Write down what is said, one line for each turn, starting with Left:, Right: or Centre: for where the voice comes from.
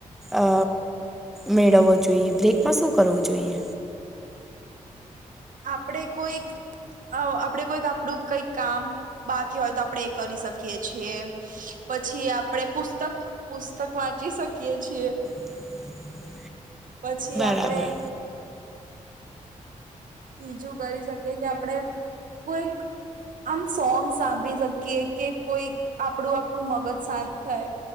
Centre: અ મેળવવો જોઈએ બ્રેકમાં શું કરવું જોઈએ
Right: આપણે કોઈક અ આપણે કોઈક આપડું કઈક કામ બાકી હોય તો આપણે એ કરી શકીએ છીએ પછી આપડે પુસ્તક પુસ્તક વાંચી શકીએ છીએ
Centre: <inaudible>
Right: પછી
Centre: બરાબર
Right: આપડે બીજું કરી શકી કે આપણે કોઈક આમ સોંગ સાંભળી શકીએ કે કોઈક આપણું આપણું મગજ શાંત થાય